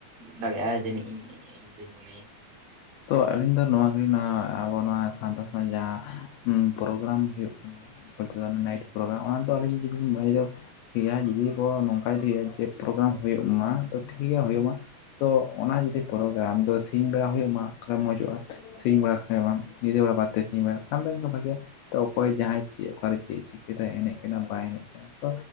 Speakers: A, on the right; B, on the left.
A: ᱫᱟᱲᱮᱭᱟᱜ-ᱟ, ᱡᱟᱹᱱᱤᱡ ᱤᱧ ᱫᱩᱧ ᱢᱚᱱᱮᱭᱟ᱾
B: ᱛᱚ ᱟᱹᱞᱤᱧ ᱫᱚ ᱱᱚᱣᱟ ᱜᱮᱞᱤᱧ ᱱᱚᱣᱟ ᱟᱵᱚ ᱱᱚᱣᱟ ᱥᱟᱱᱛᱟᱲ ᱥᱚᱢᱟᱡᱽ ᱡᱟᱦᱟᱸ ᱦᱩᱸ ᱯᱨᱳᱜᱨᱟᱢ ᱦᱩᱭᱩᱜ ᱠᱟᱱᱟ᱾ ᱵᱚᱞᱛᱮ ᱫᱚ
A: ᱟᱨ
B: ᱱᱟᱭᱤᱴ ᱯᱨᱳᱜᱨᱟᱢ ᱚᱱᱟ ᱫᱚ ᱟᱹᱞᱤᱧ ᱡᱩᱫᱤᱧ ᱢᱚᱬᱮ ᱫᱚ᱾ ᱴᱷᱤᱠ ᱜᱮᱭᱟ ᱡᱩᱫᱤ ᱠᱚ ᱱᱚᱝᱠᱟ ᱤᱫᱤ ᱦᱩᱭᱩᱜ-ᱟ, ᱡᱮ ᱯᱨᱳᱜᱨᱟᱢ ᱦᱩᱭᱩᱜ ᱢᱟ ᱛᱚ ᱴᱷᱤᱠ ᱜᱮᱭᱟ ᱦᱩᱭᱩᱜ ᱢᱟ᱾ ᱛᱚ ᱚᱱᱟ ᱡᱩᱫᱤ ᱯᱨᱳᱜᱨᱟᱢ ᱫᱚ ᱥᱤᱧ ᱵᱮᱲᱟ ᱦᱩᱭᱩᱜ ᱢᱟ᱾ ᱢᱚᱡᱽ ᱚᱜ-ᱟ ᱥᱤᱧ ᱵᱟᱲᱟ ᱠᱷᱟ ᱵᱟᱝ ᱧᱤᱫᱟᱹ ᱵᱮᱲᱟ ᱵᱟᱫᱛᱮ ᱥᱮ ᱵᱮᱲ ᱠᱷᱟᱱ ᱫᱚ ᱵᱷᱟᱜᱮᱭᱟ ᱛᱚ ᱚᱠᱚᱭ ᱡᱟᱦᱟᱸᱭ ᱪᱮᱫ ᱚᱠᱟᱨᱮ ᱪᱮᱫ ᱮ ᱪᱤᱠᱟᱹᱭᱟ ᱮᱱᱮᱡ ᱠᱮᱫᱟᱢ ᱵᱟᱭ ᱮᱱᱮᱡ ᱠᱟᱱᱟ᱾ ᱛᱚ